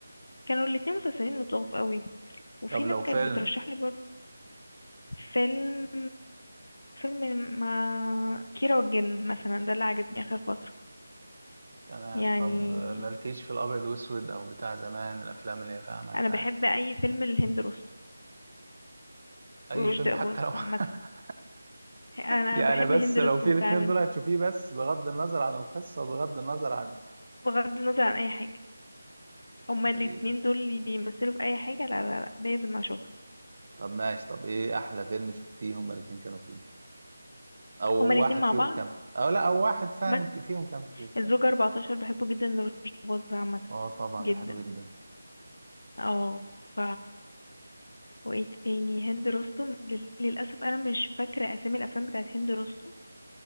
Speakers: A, on the left; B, on the right.
A: كانوا الاتنين مسلسلين لطاف قوي وفي
B: طب لو
A: ناس
B: فيلم
A: كانت بترشح لي برضه فيلم فيلم ما كيرة والجن مثلا ده اللي عجبني آخر فترة
B: تمام
A: يعني
B: طب مالكيش في الابيض واسود او بتاع زمان الافلام اللي هي فاهمه
A: أنا
B: بتاعت
A: بحب أي فيلم لهند رستم
B: اي
A: ورشدي
B: فيلم حتى
A: أباظة
B: لو <laughs>
A: عامة أنا
B: يعني
A: بحب
B: بس
A: هند
B: لو
A: رستم
B: في الاتنين
A: فعلا
B: دول هتشوفيه بس بغض النظر عن القصه وبغض النظر عن
A: بغض النظر عن أي حاجة هما الاتنين
B: غريبه
A: دول اللي بيمثلوا في أي حاجة لا لا لا لازم أشوفها
B: طب ماشي طب ايه احلى فيلم شفتيه هما الاتنين كانوا فيه او واحد
A: هما الاتنين مع
B: فيهم
A: بعض
B: كان في... او لا او واحد فاهم
A: ما-
B: ك- فيهم كان فيه
A: الزوجة 14 بحبه جدا لرشدي أباظة عامة
B: اه طبعا
A: جدا
B: ده حلو جدا
A: اه ف وايه تاني هند رستم لل... للأسف أنا مش فاكرة أسامي الأفلام بتاعت هند رستم